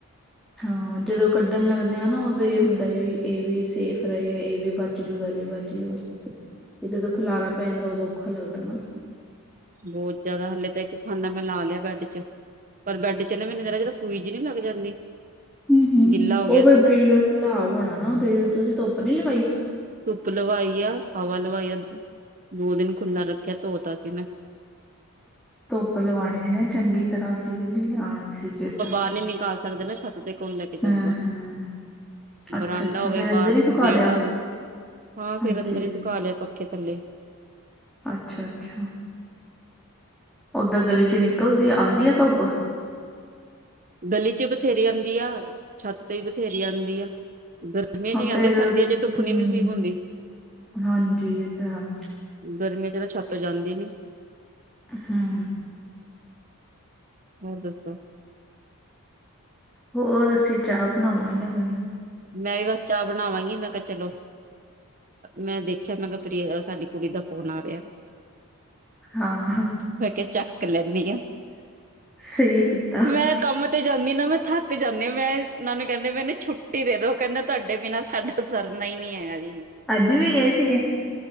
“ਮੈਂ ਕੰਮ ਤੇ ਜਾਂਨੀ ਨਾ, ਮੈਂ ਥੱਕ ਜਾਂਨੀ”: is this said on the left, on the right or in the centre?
Right